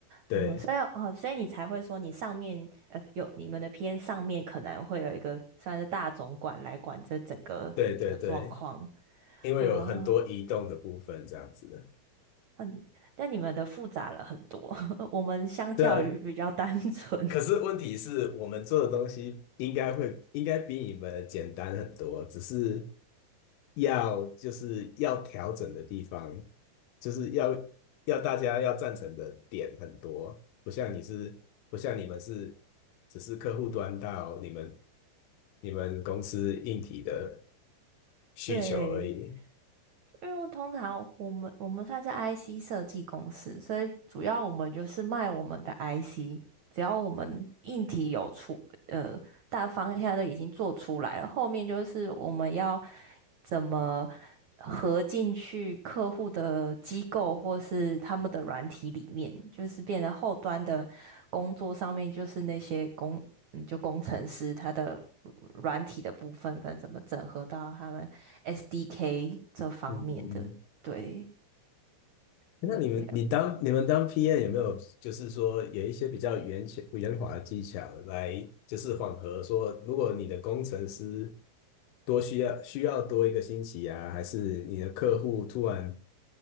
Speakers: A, on the left; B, on the right.
A: 对
B: 哦、所以哦，所以你才会说你上面呃有你们的 p N 上面可能会有一个算是大总管来管这整个的状况。
A: 对对对，因为有很多移动的部分这样子，
B: 啊、嗯，但你们的复杂了很多，<laughs> 我们相较于比较单纯。
A: 对啊可是问题是我们做的东西应该会应该比你们简单很多，只是要就是要调整的地方，就是要要大家要赞成的点很多，不像你是不像你们是只是客户端到你们你们公司硬体的
B: <laughs>
A: 需求而已。
B: 对，因为我通常我们我们算是 IC 设计公司，所以主要我们就是卖我们的 IC，只要我们硬体有出，呃，大方向都已经做出来了，后面就是我们要怎么合进去客户的机构或是他们的软体里面，就是变得后端的工作上面，就是那些工嗯就工程师他的软体的部分，跟怎么整合到他们 SDK 这方面的，
A: 嗯，
B: 对，
A: 那你们你当你们当
B: 嗯，不要
A: PM 有没有就是说有一些比较圆巧圆滑的技巧来就是缓和说，如果你的工程师多需要需要多一个星期啊，还是你的客户突然